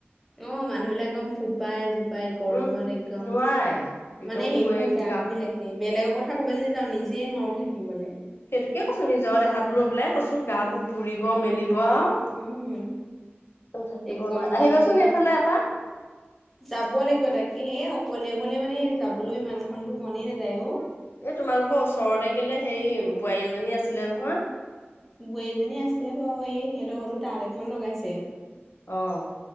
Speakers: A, in the centre; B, on the left.
A: অ', মানুহবিলাক একদম ফোপাই জো পাই গৰমত
B: উম
A: একদম
B: নোৱাৰাই একদম
A: মানে হেৰি
B: ফুৱাই
A: হৈ যায়
B: গা
A: আমিবিলাকে বেলেগৰ ক কথা ক'বলৈ নেযাওঁ নিজেই নোৱাৰোঁ থাকিবলে।
B: সেইটোকে কৈছো নিজৰ দেহাটো লৈ পেলাই কৈছোঁ গাবোৰ পুৰিব মেলি নোৱাও,
A: উম
B: থাকিব
A: একদম
B: নোৱাৰি আহিবাচোন
A: এই বোলে
B: এইফালে এপাক।
A: যাব লাগিব তাকে সেই অকলে অকলে মানে যাবলৈ ইমানখন দূৰ, মনেই নাযায় অ'।
B: এ তোমালোকৰ ওচৰতে কেলে সেই বোৱাৰী এজনী আছিলে নহয়।
A: বোৱাৰীজনী আছে বাৰু, সেই সিহঁতৰ ঘৰটো তাঁত এখন লগাইছে।
B: অ'।